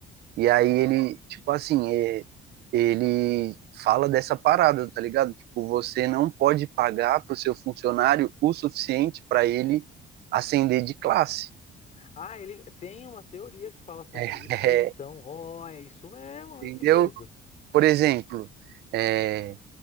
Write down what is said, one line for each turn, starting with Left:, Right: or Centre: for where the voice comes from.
Right: E aí
Left: Ah.
Right: ele, tipo assim, é, ele fala dessa parada, tá ligado? Tipo, você não pode pagar pro seu funcionário o suficiente para ele ascender de classe.
Left: Ah, ele tem uma teoria que fala
Right: <laughs>
Left: sobre
Right: É,
Left: isso aí,
Right: é,
Left: então. Ó, é isso mesmo, olha
Right: entendeu?
Left: que doido.
Right: Por exemplo, é,